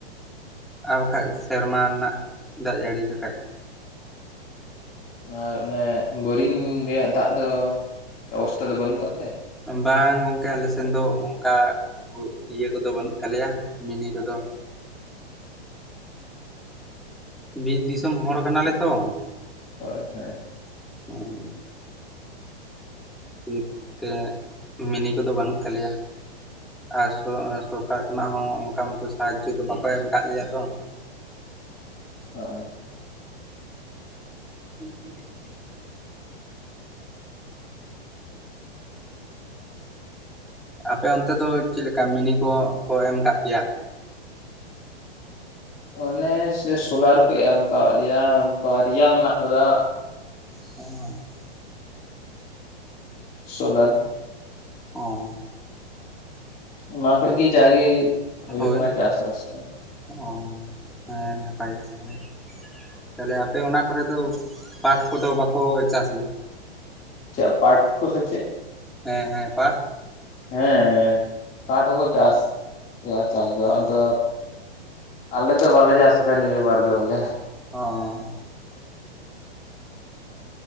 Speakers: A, in the centre; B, on the left.
A: ᱟᱨ ᱵᱟᱠᱷᱟᱡ ᱥᱮᱨᱢᱟ ᱱᱟᱜ ᱫᱟᱜ ᱡᱟᱹᱲᱤ ᱞᱮᱠᱷᱟᱡᱼᱼ
B: ᱟᱨ ᱚᱱᱮ ᱵᱳᱨᱤᱝ ᱨᱮᱭᱟᱜ ᱫᱟᱜ ᱫᱚ ᱚᱵᱚᱥᱛᱟ ᱫᱚ ᱵᱟᱹᱱᱩᱜ ᱠᱟᱜ ᱛᱮ
A: ᱵᱟᱝ ᱜᱚᱝᱠᱮ ᱟᱞᱮ ᱥᱮᱱ ᱫᱚ ᱚᱝᱠᱟ ᱤᱭᱟᱹ ᱠᱚ ᱫᱚ ᱵᱟᱹᱱᱩᱜ ᱛᱟᱞᱮᱭᱟ ᱢᱤᱱᱤ ᱠᱚ ᱫᱚ ᱾ ᱵᱤᱨ ᱫᱤᱥᱚᱢ ᱦᱚᱲ ᱠᱟᱱᱟ ᱞᱮ ᱛᱚ ᱾
B: ᱦᱳᱭ ᱦᱚᱭ
A: ᱩᱸ <unintelligible> ᱢᱤᱱᱤ ᱠᱚ ᱫᱚ ᱵᱟᱹᱱᱩᱜ ᱛᱟᱞᱮᱭᱟ ᱟᱨ ᱥᱚ ᱥᱚᱨᱠᱟᱨ ᱠᱷᱚᱱᱟᱜ ᱦᱚᱸ ᱚᱝᱠᱟ ᱢᱟ ᱛᱚ ᱥᱟᱦᱟᱡᱡᱚ ᱫᱚ ᱵᱟᱠᱚ ᱮᱢ ᱠᱟᱜ ᱞᱮᱭᱟ ᱛᱚ
B: <inaudible>
A: <inaudible> ᱟᱯᱮ ᱚᱱᱛᱮ ᱫᱚ ᱪᱮᱫ ᱞᱮᱠᱟ ᱢᱤᱱᱤ ᱠᱚ ᱠᱚ ᱮᱢ ᱠᱟᱜ ᱯᱮᱭᱟ
B: ᱚᱱᱮ ᱥᱮ ᱥᱳᱞᱟᱨ ᱠᱚ ᱮᱢ ᱠᱟᱣᱟᱜ ᱞᱮᱭᱟ ᱵᱟᱨᱮᱭᱟ ᱢᱮᱱᱟᱜ ᱠᱟᱫᱟ
A: <inaudible>
B: ᱥᱳᱞᱟᱨᱼᱼ
A: ᱚᱸᱻ
B: ᱚᱱᱟ ᱠᱷᱚᱡ ᱜᱤ ᱡᱟ ᱜᱮ ᱦᱩᱭᱩᱜ
A: ᱦᱳᱭ
B: ᱠᱟᱱᱟ ᱪᱟᱥ-ᱵᱟᱥ ᱠᱚ
A: ᱚ ᱦᱮᱸ ᱱᱟᱯᱟᱭ ᱜᱮ ᱛᱟᱦᱞᱮᱼᱼ ᱛᱟᱦᱞᱮ ᱟᱯᱮ ᱚᱱᱟ ᱠᱚ ᱨᱮ ᱫᱚ ᱯᱟᱴ ᱠᱚ ᱫᱚ ᱵᱟᱠᱚ ᱪᱟᱥ ᱜᱮᱭᱟ
B: ᱪᱮᱜ ᱯᱟᱴ ᱠᱚ ᱥᱮ ᱪᱮᱜᱼᱼ
A: ᱦᱮᱸ ᱦᱮᱸ ᱯᱟᱴᱼᱼ
B: ᱦᱮᱸ ᱯᱟᱴ ᱦᱚᱸ ᱠᱚ ᱪᱟᱥ ᱜᱮᱭᱟ ᱪᱟᱥ ᱫᱚ
A: ᱚ
B: ᱟᱫᱚ, ᱟᱞᱮ ᱫᱚ ᱵᱟᱞᱮ ᱪᱟᱥ ᱠᱟᱫᱟ ᱱᱤᱭᱟᱹ ᱵᱟᱨ ᱫᱚ ᱵᱚᱞᱮᱼᱼ
A: ᱚᱸᱻ